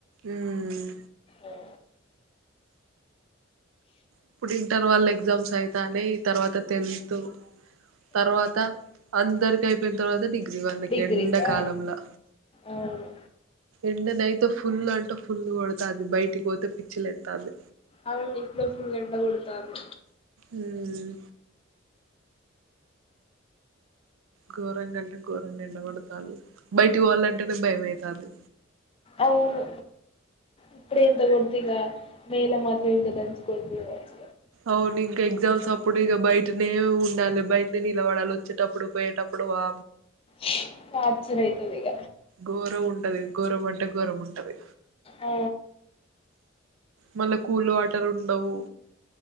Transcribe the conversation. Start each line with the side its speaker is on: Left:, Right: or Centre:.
Right: ఉమ్
Left: ఓ
Right: ఇప్పుడు ఇంటర్వాల్ ఎగ్జామ్స్ అయితాని తర్వాత టెన్త్ తర్వాత అందరికి అయిపోయిన తర్వాత డిగ్రీ వాళ్ళకి
Left: డిగ్రీకా
Right: ఎండాకాలంలో
Left: అవును
Right: ఎండనయతుూ ఫుల్ అంటూ ఫుల్ కొడుతుంది బయట కోతు పిచ్చలు ఎత్తాదు
Left: అవుడి ఇ ఫుల్ ఎండ కొతారు
Right: ఉమ్ ఘోరంగాంటే ఘోరంగా ఎండగడతా బయటికి వాళ్ళంటేనే భయమవుతుంది
Left: అవును ఇప్పుడ ఎంత తగడతగా మేల మాత్రం ఇంత దంచకోడతచ్చ
Right: అవును ఇంకా ఎగ్జామ్స్ అప్పుడు ఇగా బయ నే ఉండాలి బయస పిలవడాలు వచ్చేటప్పుడు పోయేటప్పుడు వా
Left: స అతుందిగ
Right: ఘోరం ఉంటది ఘోరం అంటే ఘోరం ఉంటది
Left: ఆ
Right: మళ్ళా కూల్ వాటర్ ఉండవు